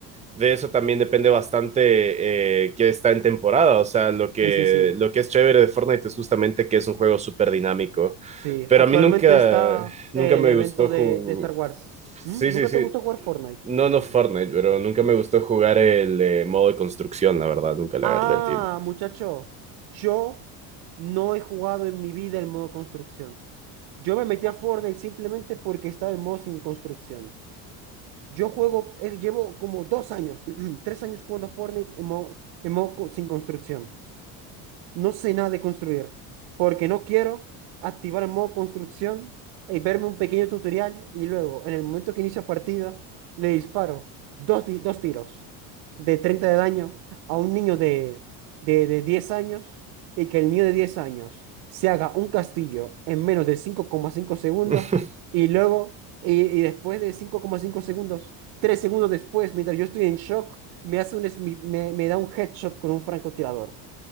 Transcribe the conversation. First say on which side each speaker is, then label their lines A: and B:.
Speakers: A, on the right; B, on the right.
A: de eso también depende bastante eh, que está en temporada. O sea, lo que,
B: Sí, sí, sí.
A: lo que es chévere de Fortnite es justamente que es un juego súper dinámico.
B: Sí,
A: Pero
B: actualmente
A: a mí nunca,
B: está
A: nunca
B: el
A: me
B: evento
A: gustó ju-
B: de, de Star Wars. ¿Mm?
A: Sí,
B: ¿Nunca
A: sí, sí.
B: te gustó jugar Fortnite?
A: No, no Fortnite, pero nunca me gustó jugar el eh, modo de construcción, la verdad. Nunca le
B: Ah,
A: agarré el tiro.
B: muchacho, yo no he jugado en mi vida el modo construcción. Yo me metí a Fortnite simplemente porque estaba el modo sin construcción. Yo juego, eh, llevo como dos años, <clears throat> tres años jugando a Fortnite en modo, en modo co- sin construcción. No sé nada de construir, porque no quiero activar el modo construcción y verme un pequeño tutorial y luego, en el momento que inicio partida, le disparo dos, ti- dos tiros de 30 de daño a un niño de, de, de 10 años y que el niño de 10 años se haga un castillo en menos de cinco coma cinco segundos
A: <laughs>
B: y luego, y, y después de cinco coma cinco segundos, 3 segundos después, mientras yo estoy en shock, me hace un, smi- me me da un headshot con un francotirador